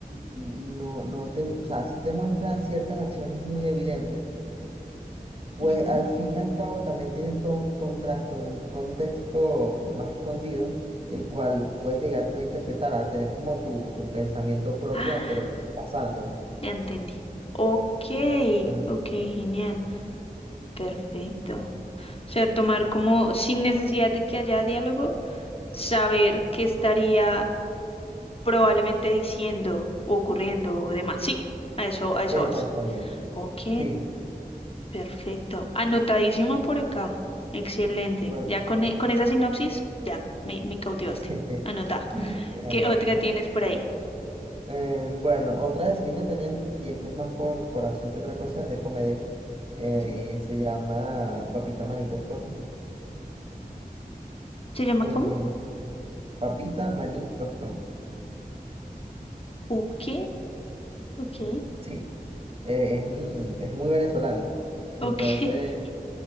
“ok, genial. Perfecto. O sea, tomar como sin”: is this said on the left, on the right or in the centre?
Left